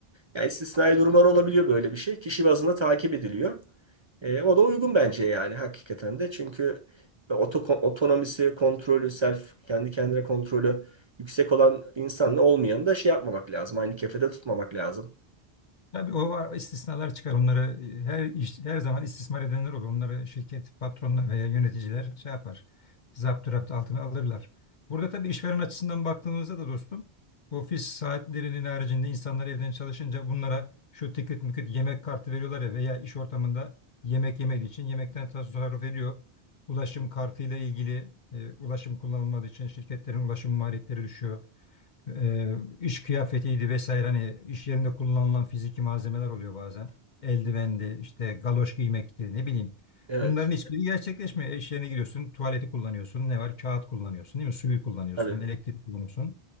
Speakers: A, on the right (about 40°); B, on the left (about 55°).
A: Yani istisnai durumlar olabiliyor böyle bir şey. Kişi bazında takip ediliyor. E, o da uygun bence yani hakikaten de. Çünkü oto, otonomisi, kontrolü, self, kendi kendine kontrolü yüksek olan insanla olmayanı da şey yapmamak lazım. Aynı kefede tutmamak lazım.
B: Tabii o var, istisnalar çıkar. Onları e, her iş, her zaman istismar edenler olur. Onları şirket patronlar veya yöneticiler şey yapar. Zaptı raptı altına alırlar. Burada tabii işveren açısından baktığımızda da dostum ofis saatlerinin haricinde insanlar evden çalışınca bunlara şu tikit müküt yemek kartı veriyorlar ya veya iş ortamında yemek yemediği için yemekten tasarruf ediyor. Ulaşım kartıyla ilgili e, ulaşım kullanılmadığı için şirketlerin ulaşım maliyetleri düşüyor e, iş kıyafetiydi vesaire hani iş yerinde kullanılan fiziki malzemeler oluyor bazen. Eldivendi, işte galoş giymekti ne bileyim.
A: Evet,
B: Bunların hiçbiri gerçekleşmiyor. İş yerine giriyorsun, tuvaleti kullanıyorsun, ne var? Kağıt kullanıyorsun, değil mi? Suyu kullanıyorsun,
A: tabii.
B: elektrik kullanıyorsun.